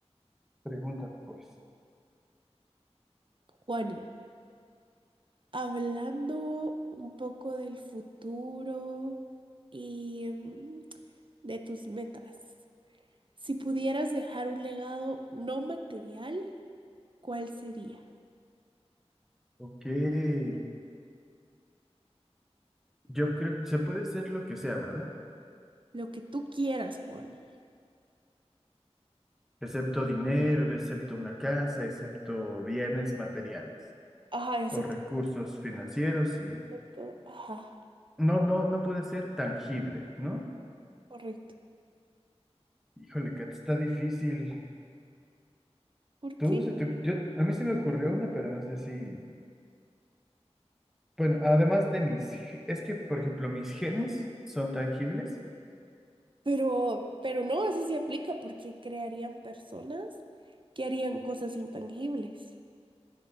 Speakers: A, in the centre; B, on the right (about 50°).
A: Pregunta, pues.
B: Juani, hablando un poco del futuro y mm, de tus metas, si pudieras dejar un legado no material, ¿cuál sería?
A: ok. Yo creo que se puede ser lo que sea, ¿verdad?
B: Lo que tú quieras, Juani.
A: Excepto dinero, excepto una casa, excepto bienes materiales
B: Ajá, excepto.
A: o recursos financieros y
B: Exacto, Ajá,
A: no, no, no puede ser tangible, ¿no?
B: correcto.
A: Híjole, Kat, está difícil.
B: ¿Por
A: Tú,
B: qué?
A: se te- yo, a mí se me ocurrió una, pero no sé si... Bueno, además de mis... ge- Es que, por ejemplo, mis genes son tangibles.
B: Pero, pero no, eso sí aplica porque crearían personas que harían cosas intangibles.